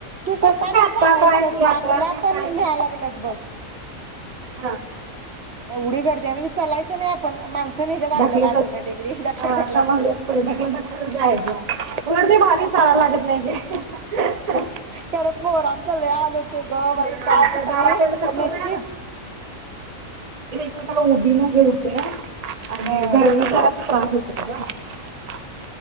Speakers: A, on the right; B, on the right.
A: तू
B: कसं
A: स्वतः
B: काय
A: नाही
B: आता
A: चालायचं
B: काय यात्रा
A: आपला
B: नाही
A: आपण
B: काय
A: न्ह्या
B: नाही
A: लागल्यात बघ.
B: हा.
A: एवढी गर्दी आहे. म्हणजे चलायचं नाही आप पण माण नेत्यांत आपल्याला
B: ढकलत
A: ऑटोमॅटिकली ढकलं
B: हा
A: ढकलं
B: समज
A: ढकलंत.
B: पुढे ढकलत ढकलतच जायचं. उलट ते भारी चालायला लागत नाही ते.
A: खरं पोरांच लय हाल होतेय गं
B: जरा
A: बाई काक तरी
B: कसं होतंय
A: नशीब
B: कसं उभीनं हे होतय. आणि
A: होय.
B: गर्मीचा जरासं त्रास हो <unintelligible>